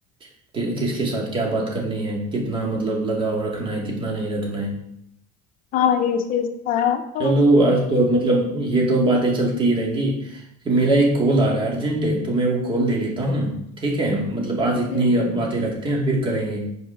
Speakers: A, on the right; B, on the left.
A: कि, किसके साथ क्या बात करनी है कितना मतलब लगाव रखना है कितना नहीं रखना है
B: हाँ ये चीज था तो
A: चलो आज तो मतलब ये तो बातें चलती ही रहेंगी कि मेरा एक कॉल आ रहा है अर्जेंट है तो मैं वो कॉल ले लेता हूँ ठीक है मतलब आज इतनी
B: जी
A: बातें रखते हैं फिर करेंगे